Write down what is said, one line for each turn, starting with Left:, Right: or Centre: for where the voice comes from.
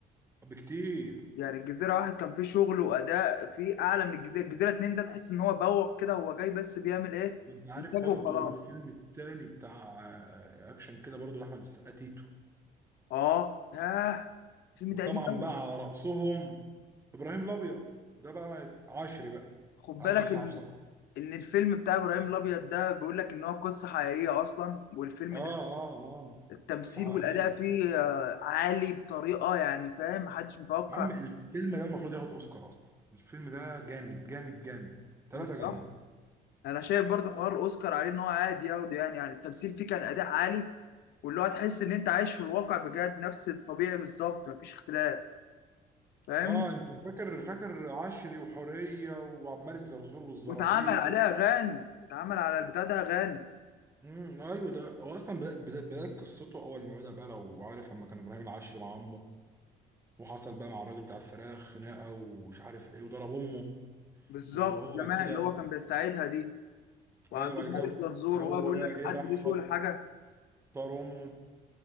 Right: بكتير
Left: يعني الجزيرة واحد كان فيه شغل وأداء فيه أعلى من الجزيرة الجزيرة اتنين ده تحس إن هو بوق كده هو جاي بس بيعمل إيه
Right: وانت عارف
Left: إنتاج
Right: برضو
Left: وخلاص
Right: الفيلم التاني بتاع آه، اكشن كده برضو لاحمد السقا تيتو
Left: آه ياه الفيلم
Right: وطبعا
Left: ده قديم أوي
Right: بقى على رأسهم ابراهيم الابيض ده بقى عشري بقى
Left: خد
Right: عشري
Left: بالك
Right: صاحب
Left: إن
Right: صاحب
Left: إن الفيلم بتاع إبراهيم الأبيض ده بيقول لك إن هو قصة حقيقية أصلا والفيلم
Right: اه
Left: ده
Right: اه اه
Left: التمثيل
Right: قصة
Left: والأداء
Right: حقيقية
Left: فيه آه، عالي بطريقة يعني فاهم محدش متوقع
Right: يا عم الفيلم ده المفروض ياخد اوسكار اصلا الفيلم ده جامد جامد جامد ثلاثة
Left: بصراحة
Right: جامد
Left: أنا شايف برضه حوار الأوسكار عليه إن هو عادي ياخده يعني يعني التمثيل فيه كان أداء عالي واللي هو تحس ان انت عايش في الواقع بجد نفس الطبيعي بالظبط مفيش اختلاف فاهم
Right: اه انت فاكر فاكر عشري وحورية وعبد الملك زرزور والزرازير
Left: واتعمل عليه اغاني اتعمل على البتاع ده اغاني
Right: امم ايوه ده هو اصلا بدا- بدا- بدايه قصته اول ما بدا بقى لو عارف لما كان ابراهيم العشري مع عمه وحصل بقى مع الراجل بتاع الفراخ خناقه ومش عارف ايه وضرب امه
Left: بالظبط
Right: وهو
Left: زمان
Right: بعد كده
Left: اللي هو كان بيستعيدها دي وعبد
Right: ايوه بعد
Left: الملك
Right: كده
Left: زرزور
Right: هو,
Left: وهو
Right: هو
Left: بيقول
Right: بقى
Left: لك
Right: ايه
Left: حد
Right: راح
Left: ليه
Right: خطر
Left: شغل حاجه
Right: امه